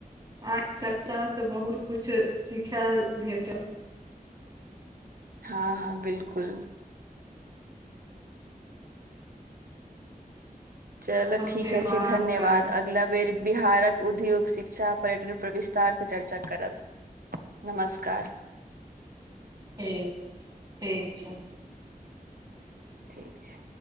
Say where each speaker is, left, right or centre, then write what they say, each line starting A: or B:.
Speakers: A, on the right; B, on the right.
A: आइ चर्चा स बहुत कुछ सिखायल भेटल
B: हँ हँ बिल्कुल
A: अहाँ
B: चल
A: सब
B: ठीक
A: फेरो
B: अछि
A: बात
B: धन्यवाद
A: करब
B: अ अगला बेर बिहारक उद्योग शिक्षा पर्यटन पर विस्तार स चर्चा करब नमस्कार
A: ठीक ठीक छै
B: ठीक छै